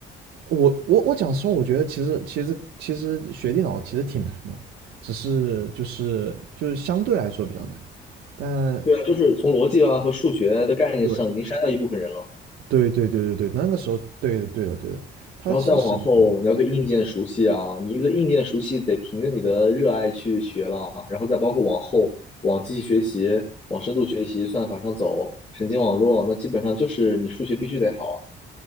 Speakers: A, on the right (about 85°); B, on the left (about 35°).
A: 我我我讲实话，我觉得其实其实其实学电脑其实挺难的，只是就是就是相对来说比较难，但。
B: 对啊，就是从逻辑啊和数学的概念上已经筛掉一部分人了，
A: 对。对对对对对，那个时候，对的对的对的，他其实审核
B: 然后再往后你要对硬件熟悉啊，你一个硬件熟悉得凭着你的热爱去学了啊然后再包括往后往机器学习、往深度学习、算法上走、神经网络，那基本上就是你数学必须得好啊。